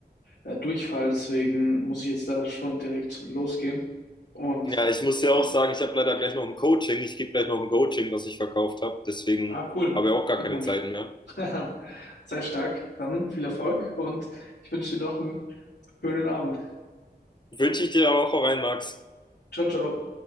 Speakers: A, on the left; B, on the left.
A: äh, Durchfall, deswegen muss ich jetzt leider schon direkt losgehen. Und
B: Ja, ich muss
A: ich
B: ja
A: bin,
B: auch sagen, ich habe leider gleich noch ein Coaching. Ich gebe gleich noch ein Coaching, was ich verkauft habe. Deswegen
A: ah, cool.
B: habe ich auch gar
A: Glückwunsch.
B: keine Zeiten mehr.
A: <laughs> Sei stark. Dann viel Erfolg und ich wünsche dir noch einen schönen Abend.
B: Wünsche ich dir auch rein, Max.
A: Ciao, ciao.